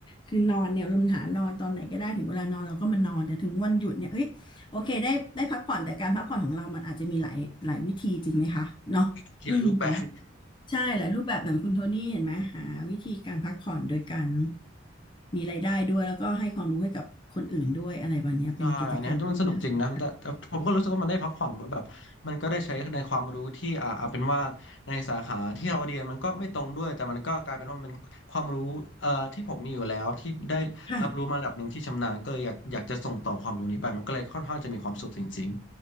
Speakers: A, on the left; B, on the left.
A: คือนอนเนี่ยเราหานอนตอนไหนก็ได้ถึงเวลานอนเราก็มานอนแต่ถึงวันหยุดเนี่ยเอ้ย โอเคได้ได้พักผ่อนแต่การพักผ่อนของเรามันอาจจะมีหลายหลายวิธีจริงไหมคะเนาะอืมอย่าง
B: เขียนรูปแบบ
A: ใช่หลายรูปแบบอย่างคุณโทนี่เห็นไหมหาวิธีการพักผ่อนโดยการมีรายได้ด้วยแล้วก็ให้ความรู้ให้กับคนอื่นด้วยอะไรแบบเนี้ยเป็นกิจกรรมที่น่าสนใจ
B: ใช่อันเนี้ยมันสนุกจริงนะแต่แต่ผมก็รู้สึกว่ามันได้พักผ่อนเหมือนแบบมันก็ได้ใช้ในความรู้ที่อ่าเอาเป็นว่าในสาขาที่เราเรียนมันก็ไม่ตรงด้วยแต่มันก็กลายเป็นว่ามันเป็นความรู้เอ่อที่ผมมีอยู่แล้วที่ได้รับรู้มาระดับหนึ่งที่ชำนาญก็เลยอยากอยากจะส่งต่อความรู้นี้ไปมันก็เลยค่อนข้างจะมีความสุขจริง
A: ค่ะ